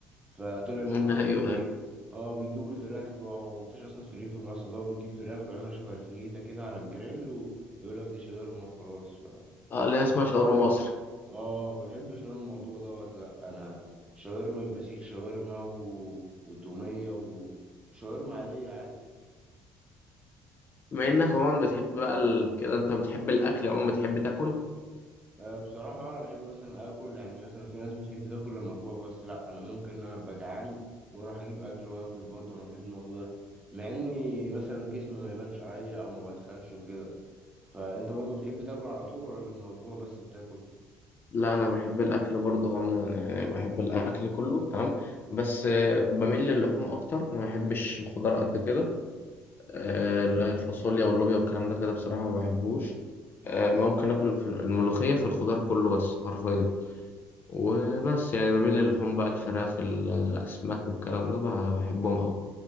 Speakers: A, on the right; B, on the left.
A: فطلع ان
B: مم،
A: هم
B: ده
A: في
B: ايوه
A: اخر بي
B: ايوه
A: اه بيجيبوا الفراخ بيبقى هو مفيش اصلا سوريين في مصر ده هو بيجيب فراخ بيعملها شبه الفيتا كده على الجريل ويقول لك دي شاورما وخلاص فما
B: اه
A: بحبش
B: اللي هي اسمها شاورما
A: انا الموضوع
B: مصر
A: اه ما بحبش انا الموضوع دوت لا انا شاورما يبقى سيخ شاورما و... وتومية وشاورما عادية عادي
B: بما
A: طب
B: انك عموما بتحب بقى ال... كده انت بتحب الاكل عموما بتحب تاكل
A: أه بصراحة أنا بحب مثلا آكل يعني مثلا في ناس بتحب تاكل لما تجوع بس لأ أنا ممكن إن أنا أبقى جعان وأروح أجيب أكل وآكل برضه أنا بحب الموضوع ده مع إني
B: مم.
A: مثلا جسمي ما يبانش عليا أو ما بتخنش وكده فأنت برضه بتحب تاكل على طول ولا لما تجوع بس بتاكل؟
B: لا انا بحب الاكل برضه عموما يعني بحب الاكل كله تمام بس آه، بميل للحوم اكتر ما بحبش الخضار قد كده آه، لا، الفاصوليا واللوبيا والكلام ده كده بصراحة ما بحبوش آه، ممكن آكل الف- الملوخية في الخضار كله بس حرفيا وبس يعني بميل للحوم بقى الفراخ ال- الأسماك والكلام ده بقى بحبهم أوي